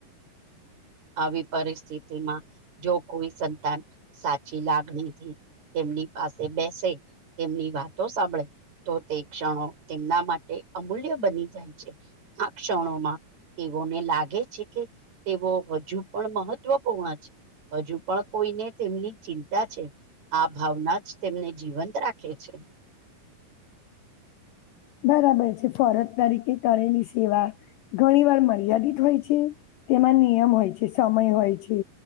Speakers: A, on the right (about 50°); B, on the left (about 80°).
A: આવી પરિસ્થિતિમાં જો કોઈ સંતાન સાચી લાગણી થી તેમની પાસે બેસે તેમની વાતો સાંભળે તો તે ક્ષણો તેમના માટે અમૂલ્ય બની જાય છે. આ ક્ષણોમાં તેઓને લાગે છે કે તેઓ હજુ પણ મહત્વપૂર્ણ છે હજુ પણ કોઈને તેમની ચિંતા છે. આ ભાવના જ તેમને જીવંત રાખે છે.
B: બરાબર છે ફરજ તરીકે કરેલી સેવા ઘણી વાર મર્યાદિત હોય છે તેમાં નિયમ હોય છે સમય હોય છે.